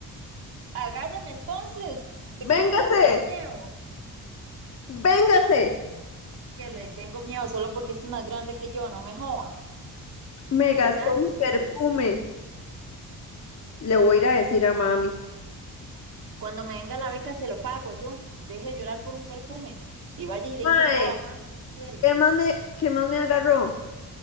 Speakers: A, on the right; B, on the left.
A: Agárreme entonces. ¿Usted cree
B: Véngase,
A: que le tengo miedo?
B: véngase.
A: Que le tengo miedo solo porque es más grande que yo, no me joda.
B: Me
A: Usted
B: gastó
A: me hace,
B: mi
A: sí,
B: perfume.
A: pero
B: Le voy a ir a decir a mami.
A: cuando me venga la beca se lo pago yo. Deje de llorar por un perfume. Y vaya y le
B: Mae,
A: dice todo a mami si quiere.
B: ¿qué más me, qué más me agarró?